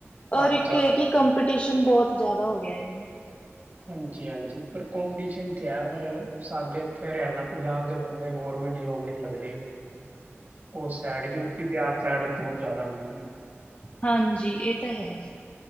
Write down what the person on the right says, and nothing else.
ਪੰਜ
ਚਾਰ
ਹਾਂਜੀ-ਹਾਂਜੀ ਪਰ ਕੋਪੀਟੀਸ਼ਨ ਤੇ ਹੈ ਪਰ ਸਾਡੇ ਏਥੇ ਹਰਿਆਨਾ, ਪੰਜਾਬ ਬੰਦੇ ਗੌਰਮੈਂਟ ਜੋਬ ਨੀ ਲੱਗਦੇ। ਓਸ side UP Bihar side job ਜ਼ਾਦਾ ਮਿਲਦੀ।